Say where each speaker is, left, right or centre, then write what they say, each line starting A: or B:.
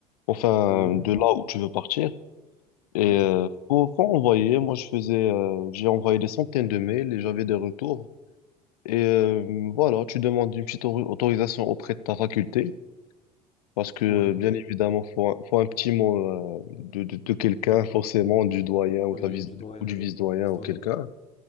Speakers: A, on the left; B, on the left.
A: enfin
B: Mhm,
A: de là où tu veux partir. Et
B: Oui,
A: euh, faut, faut envoyer. Moi, je faisais, euh, j'ai envoyé des centaines de mails et j'avais des retours. Et euh, voilà, tu demandes une petite au- autorisation auprès de ta faculté parce que
B: oui,
A: bien évidemment, faut un, faut un petit mot euh, de, de, de quelqu'un, forcément du doyen ou
B: oui,
A: de la vice-
B: du doyen,
A: ou du vice-doyen
B: la vice-doyenne,
A: ou quelqu'un.